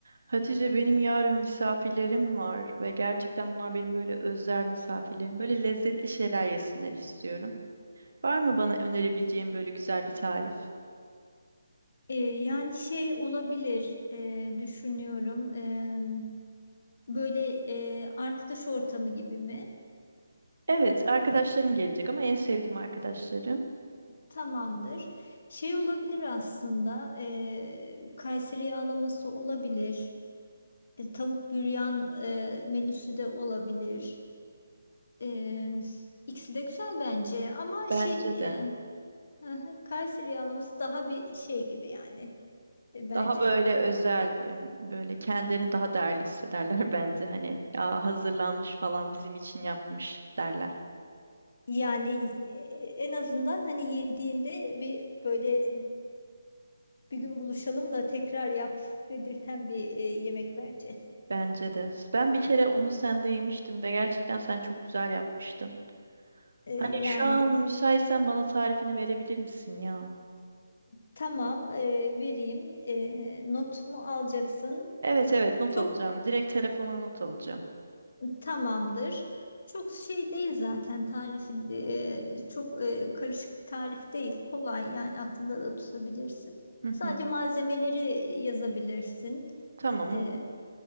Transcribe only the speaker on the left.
E, yani şey olabilir e, düşünüyorum. E, böyle e, arkadaş ortamı gibi mi?
Tamamdır. Şey olabilir aslında. E, Kayseri yağlaması olabilir. E, tavuk büryan e, menüsü de olabilir. E, ikisi de güzel bence. Ama
şey
e, hı hı, Kayseri yağlaması daha bir şey gibi yani e, bence.
Yani e, en azından hani yediğinde bir böyle Bir gün buluşalım da tekrar yap dedirten bir e, yemek bence.
E,
yani
tamam e, vereyim. E, not mu alacaksın?
Çok
tamamdır. Çok şey değil zaten tarifi e, çok e, karışık bir tarif değil. Kolay yani aklında da tutabilirsin.
Sadece
malzemeleri yazabilirsin.
E,